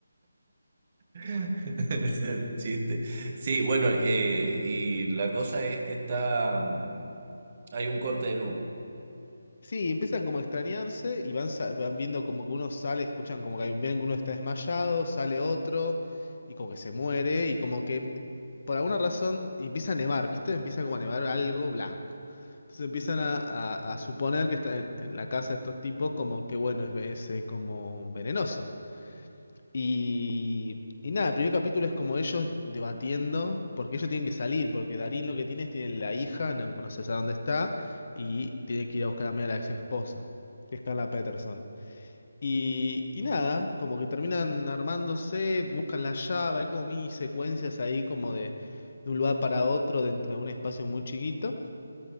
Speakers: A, on the right (about 35°); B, on the left (about 40°).
A: <laughs> Ese chiste. Sí, bueno, eh, y la cosa es que está, mm, hay un corte de luz.
B: Sí, empiezan como a extrañarse y van, sa- van viendo como que uno sale, escuchan como que ven que uno está desmayado, sale otro y como que se muere y como que por alguna razón empieza a nevar, ¿viste? Empieza como a nevar algo blanco. Entonces empiezan a, a- a suponer que está en, en la casa de estos tipos como que bueno, es, es, eh, como venenoso. Y, y nada, el primer capítulo es como ellos debatiendo, porque ellos tienen que salir, porque Darín lo que tiene es tiene la hija, no, no se sabe dónde está, y tiene que ir a buscar a Mia, la ex esposa, que es Carla Peterson. Y, y nada, como que terminan armándose, buscan la llave, hay como mini secuencias ahí como de, de un lugar para otro dentro de un espacio muy chiquito.